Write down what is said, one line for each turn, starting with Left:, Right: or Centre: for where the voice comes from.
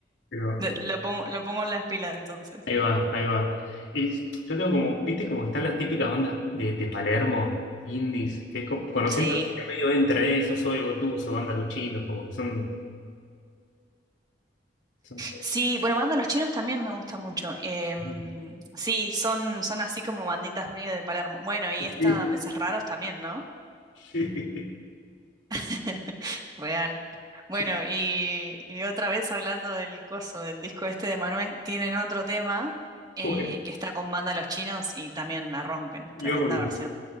Left: Pero
Right: de-
Left: eh,
Right: lo pongo, lo pongo en las pilas entonces.
Left: Ahí va, ahí va. Y s- yo tengo como, viste como están las típicas bandas de, de Palermo, indies, que es como, conociendo
Right: Sí.
Left: que medio entra en eso, Soy Gotuso, banda Los Chinos, como que son... son...
Right: Sí, bueno, banda Los Chinos también me gusta mucho. Em,
Left: Sí,
Right: sí, son, son así como banditas medio de Palermo. Bueno, y
Left: <laughs>
Right: esta
Left: sí,
Right: Peces Raros también, ¿no?
Left: sí.
Right: <laughs> Real. Bueno,
Left: sí.
Right: y, y otra vez hablando del coso, del disco este de Manuel, tienen otro tema eh,
Left: Bueno,
Right: que está con banda Los Chinos y también la rompen.
Left: y
Right: Tremenda
Left: obvio,
Right: versión.
Left: sí.